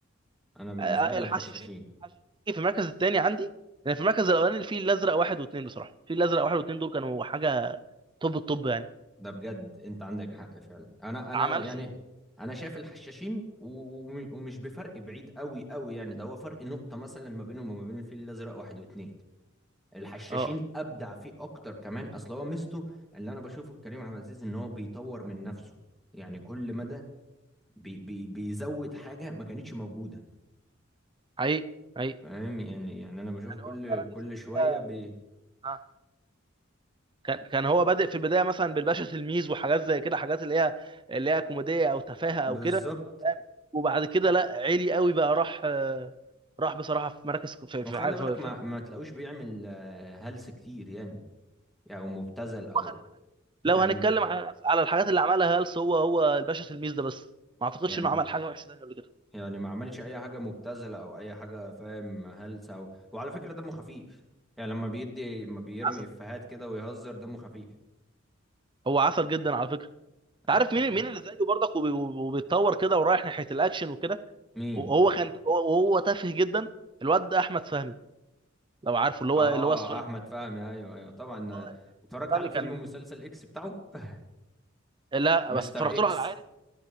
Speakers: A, in the centre; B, on the right (about 25°).
A: انا بالنسبة
B: آه،
A: لي
B: الحشاشين
A: الحشاشين
B: الحشاشين في المركز الثاني عندي لان في المركز الاولاني الفيل الازرق واحد واثنين بصراحه الفيل الازرق واحد واثنين دول كانوا حاجه طب الطب يعني
A: ده بجد انت عندك حق فعلا انا انا
B: ما عملش
A: يعني انا شايف الحشاشين و- ومش بفرق بعيد قوي قوي يعني ده هو فرق نقطة مثلا ما بينهم وما بين الفيل الازرق واحد واتنين الحشاشين
B: اه
A: ابدع فيه اكتر كمان اصل هو ميزته اللي انا بشوفه في كريم عبد العزيز ان هو بيطور من نفسه يعني كل مدى بي بي بيزود حاجة ما كانتش موجودة
B: حقيقي حقيقي
A: فاهم يعني يعني انا بشوفه
B: يعني
A: كل
B: هو فعلا
A: كل
B: في البدايه
A: شوية بي
B: آه. كان كان هو بادئ في البدايه مثلا بالباشا تلميذ وحاجات زي كده حاجات اللي هي اللي هي كوميديه او تفاهه او
A: بالظبط
B: كده فاهم وبعد كده لا عالي قوي بقى راح آه، راح بصراحه في مراكز في في
A: وخلي
B: في,
A: بالك
B: في,
A: ما ما تلاقوش بيعمل آه، هلس كتير يعني او يعني مبتذل او
B: في. لو
A: يعني
B: هنتكلم
A: ما
B: على على الحاجات اللي عملها هلس هو هو الباشا تلميذ ده بس ما اعتقدش
A: يعني
B: انه عمل حاجه وحشه تانيه قبل كده
A: يعني ما عملش اي حاجه مبتذله او اي حاجه فاهم هلسه أو... وعلى فكره دمه خفيف يعني لما بيدي ما بيرمي
B: عسل
A: افيهات كده ويهزر دمه خفيف
B: هو عسل جدا على فكره انت
A: عاد
B: عارف مين
A: يعني.
B: مين اللي زيه برضك وبي- وبيتطور كده ورايح ناحيه الاكشن وكده
A: مين
B: وهو كان وهو تافه جدا الواد ده احمد فهمي لو عارفه اللي هو
A: اه
B: اللي هو السولب
A: احمد فهمي ايوه ايوه طبعا
B: اه ال-
A: اتفرجت
B: فهمي
A: على فيلم
B: كان
A: ومسلسل اكس بتاعه <laughs>
B: لا
A: مستر
B: بس اتفرجت
A: اكس
B: له على عارف